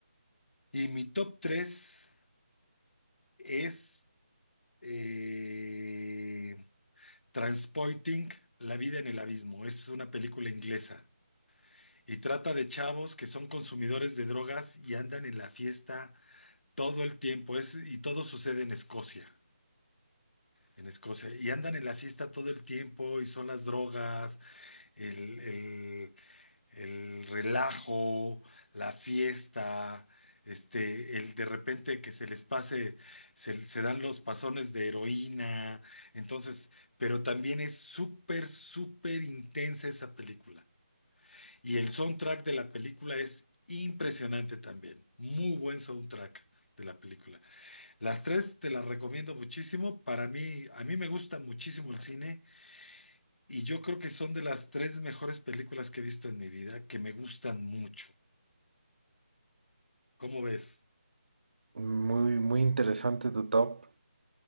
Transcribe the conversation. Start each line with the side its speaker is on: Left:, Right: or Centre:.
Left: Y mi top 3 es eh, Transporting, La vida en el abismo. Es una película inglesa y trata de chavos que son consumidores de drogas y andan en la fiesta todo el tiempo. Es, y todo sucede en Escocia. En Escocia. Y andan en la fiesta todo el tiempo y son las drogas, el, el- el relajo, la fiesta, este, el de repente que se les pase, se, se dan los pasones de heroína, entonces, pero también es súper, súper intensa esa película. Y el soundtrack de la película es impresionante también, muy buen soundtrack. de la película. Las tres te las recomiendo muchísimo. Para mí, a mí me gusta muchísimo el cine y yo creo que son de las tres mejores películas que he visto en mi vida, que me gustan mucho. ¿Cómo ves?
Right: Muy, muy interesante tu top.